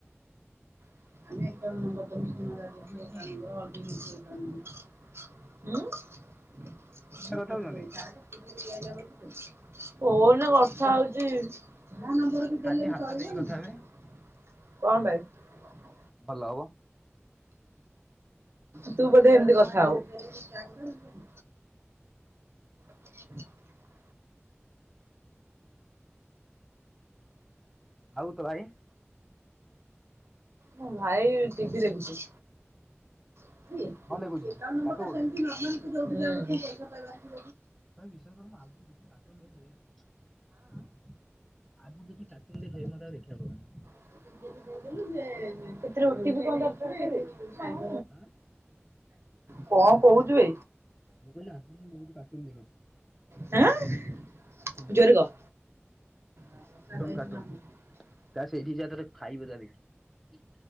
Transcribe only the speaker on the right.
ଆମେ <unintelligible> <unintelligible>
ଉଁ। <unintelligible> <unintelligible> ଫୋନ୍ ରେ
କଥା ହଉଛି ମୋ ନମ୍ବର
କୁ ଦେଲେ
ବି
ଚଳିବନି।
କଣ ଭାଇ?
ତୁ ବୋଧେ ଏମିତି କଥା ଆଉ <unintelligible> <inaudible>
ମୋ ଭାଇ ଟିଭି ଦେଖୁଛି। <unintelligible>
<unintelligible>
<unintelligible> ରୁଟି ବି କଣ ଦରକାର କେ
କଣ କହୁଚୁ ବେ?
<unintelligible> ଆଁ
ଜୋରେ କହ। <unintelligible>